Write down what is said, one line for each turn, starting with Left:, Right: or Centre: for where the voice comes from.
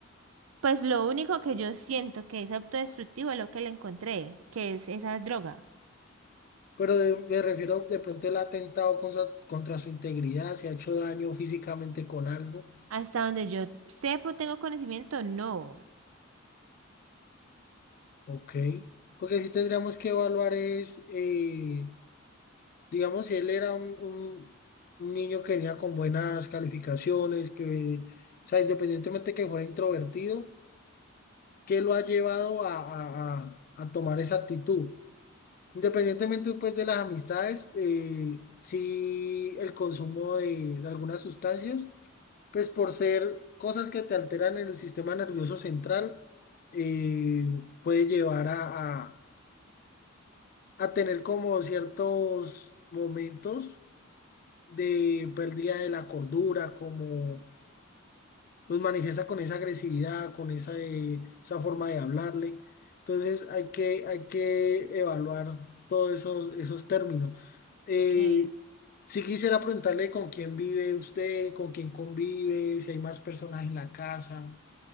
Right: Pues lo único que yo siento que es autodestructivo es lo que le encontré, que es esa droga.
Left: Pero de- me refiero de pronto el atentado contra, contra su integridad, se ha hecho daño físicamente con algo,
Right: Hasta donde yo sepa, tengo conocimiento, no.
Left: ok. Porque sí tendríamos que evaluar es, eh, digamos, si él era un, un- un niño que venía con buenas calificaciones, que, o sea, independientemente que fuera introvertido, ¿qué lo ha llevado a, a- a- a tomar esa actitud? Independientemente, pues, de las amistades, eh, si el consumo de de algunas sustancias. Pues por ser cosas que te alteran en el sistema nervioso central, eh, puede llevar a, a- a tener como ciertos momentos de pérdida de la cordura, como nos manifiesta con esa agresividad, con esa, eh, esa forma de hablarle. Entonces hay que, hay que evaluar todos esos, esos términos. Eh,
Right: Ok.
Left: si quisiera preguntarle con quién vive usted, con quién convive, si hay más personas en la casa.